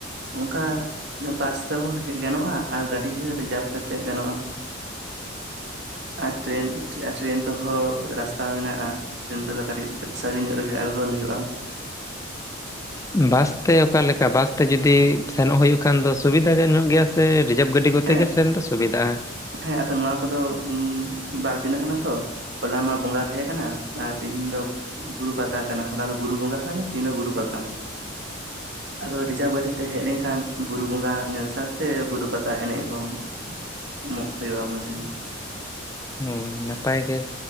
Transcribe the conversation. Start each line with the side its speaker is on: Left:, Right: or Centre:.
Right: ᱚᱱᱠᱟ ᱵᱟᱥ ᱛᱮᱦᱚᱸ ᱦᱮᱡ ᱜᱟᱱᱚᱜᱼᱟ ᱟᱨ ᱜᱟᱹᱰᱤ ᱦᱚᱸ ᱨᱤᱡᱟᱵᱷ ᱠᱟᱛᱮᱫ ᱜᱟᱱᱚᱜᱼᱟ ᱾ ᱟᱨ ᱴᱨᱮᱱ ᱟᱨ ᱴᱨᱮᱱ ᱛᱮᱦᱚᱸ ᱨᱟᱥᱛᱟ ᱢᱮᱱᱟᱜᱼᱟ, ᱴᱨᱮᱱ ᱨᱮᱫᱚ ᱠᱟᱹᱴᱤᱡ ᱥᱟᱹᱜᱤᱧ ᱧᱚᱜ ᱨᱮᱜᱮ ᱟᱬᱜᱚᱱ ᱦᱩᱭᱩᱜᱼᱟ ᱾
Left: ᱵᱟᱥᱛᱮ ᱚᱠᱟᱞᱮᱠᱟ ᱵᱟᱥᱛᱮ ᱡᱩᱫᱤ ᱥᱮᱱᱚᱜ ᱦᱩᱭᱩᱜ ᱠᱷᱟᱱ ᱫᱚ ᱥᱩᱵᱤᱫᱷᱟ ᱜᱟᱱ ᱧᱚᱜ ᱜᱮᱭᱟ ᱥᱮ? ᱥᱮ ᱨᱤᱡᱟᱵᱽ ᱜᱟᱹᱰᱤ ᱠᱚᱛᱮᱜ
Right: ᱦᱮᱸ
Left: ᱜᱮ ᱥᱮᱱ ᱫᱚ ᱥᱩᱵᱤᱫᱟᱜᱼᱟ?
Right: ᱦᱮᱸ ᱟᱫᱚ ᱱᱚᱣᱟ ᱠᱚᱫᱚ ᱵᱟᱨ ᱫᱤᱱᱟᱜ ᱠᱟᱱᱟ ᱛᱚ ᱾ ᱦᱚᱞᱟ ᱢᱟ ᱵᱚᱸᱜᱟ ᱛᱟᱦᱮᱸ ᱠᱟᱱᱟ, ᱛᱮᱦᱮᱧ ᱫᱚ ᱵᱩᱨᱩ ᱯᱟᱛᱟ ᱠᱟᱱᱟ, ᱦᱚᱞᱲ ᱫᱚ ᱵᱩᱨᱩ ᱵᱚᱸᱜᱟ ᱦᱩᱭᱱᱟ ᱛᱤᱦᱤᱧ ᱫᱚ ᱵᱩᱨᱩ ᱯᱟᱛᱟ ᱾ ᱟᱫᱚ ᱨᱤᱡᱟᱨᱵᱷ ᱜᱟᱹᱰᱤᱛᱮ ᱦᱮᱡ ᱞᱮᱱᱠᱷᱟᱱ ᱵᱩᱨᱩ ᱵᱚᱸᱜᱟ ᱧᱮᱞ ᱥᱟᱶᱛᱮ ᱵᱩᱨᱩ ᱯᱟᱛᱟ ᱮᱱᱮᱡ ᱦᱚᱸ ᱢᱚᱜ ᱦᱳᱭᱳᱜ-ᱟ ᱢᱚᱡᱽ ᱜᱮ ᱾
Left: ᱦᱩᱸ ᱱᱟᱯᱟᱭ ᱜᱮ